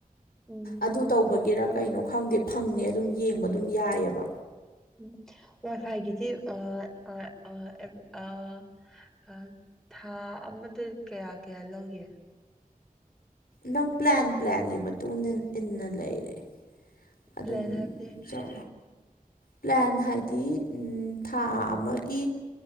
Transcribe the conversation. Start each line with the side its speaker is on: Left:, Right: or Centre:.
Centre: ꯎꯝ
Left: ꯑꯗꯨ ꯇꯧꯕꯒꯤꯔ ꯀꯩꯅꯣ ꯈꯪꯗꯦ ꯐꯪꯉꯦ ꯑꯗꯨꯝ ꯌꯦꯡꯕ ꯑꯗꯨꯝ ꯌꯥꯏꯌꯦꯕ
Centre: ꯎꯝ ꯋꯥꯏ ꯐꯥꯏꯒꯤꯗꯤ ꯑ ꯑ ꯑ ꯑ ꯑ ꯊꯥ ꯑꯃꯗ ꯀꯌꯥ-ꯀꯌꯥ ꯂꯧꯒꯦ
Left: ꯅꯪ ꯄ꯭ꯂꯥꯟ ꯄ꯭ꯂꯥꯟꯒꯤ ꯃꯇꯨꯡ ꯏꯟ ꯏꯟꯅ ꯂꯩꯔꯦ ꯑꯗꯨꯝ
Centre: ꯄ꯭ꯂꯦꯟ ꯍꯥꯏꯕꯗꯤ
Left: ꯆꯥꯎ ꯄ꯭ꯂꯥꯟ ꯍꯥꯏꯗꯤ ꯊꯥ ꯑꯃꯒꯤ